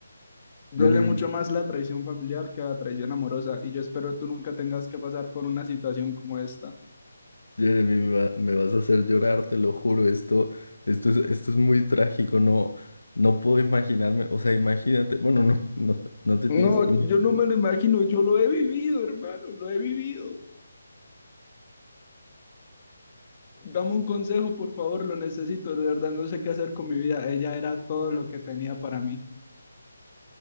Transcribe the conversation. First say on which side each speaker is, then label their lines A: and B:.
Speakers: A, on the left; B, on the left.
A: Duele
B: Jeremy,
A: mucho más la traición familiar que la traición amorosa y yo espero tú nunca tengas que pasar por una situación como esta.
B: Jeremy, me va- me vas a hacer llorar, te lo juro. Esto, esto es, esto es muy trágico. No, no puedo imaginarme. O sea, imagínate. Bueno, no, no, no te tienes
A: No,
B: que imaginar.
A: yo no me lo imagino, yo lo he vivido, hermano, lo he vivido. Dame un consejo, por favor, lo necesito. De verdad, no sé qué hacer con mi vida. Ella era todo lo que tenía para mí.